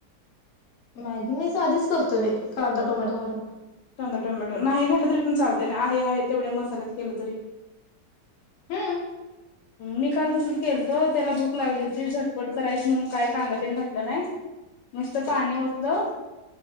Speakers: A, on the left; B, on the left.
A: मॅगी मी साधीच करतो बाई कांदा टोमॅटोघालून
B: कांदा टोमॅटो नाही घातटलं तरी पण चालत ना आहे आहे तेवढ्या मसाल्यात केलं तरी
A: हम
B: मी काल तसच केलत त्याला भूक लागली होती झटपट करायची म्हणून काय कांदा त्याने घातला नाही मस्त पाणी ओतलं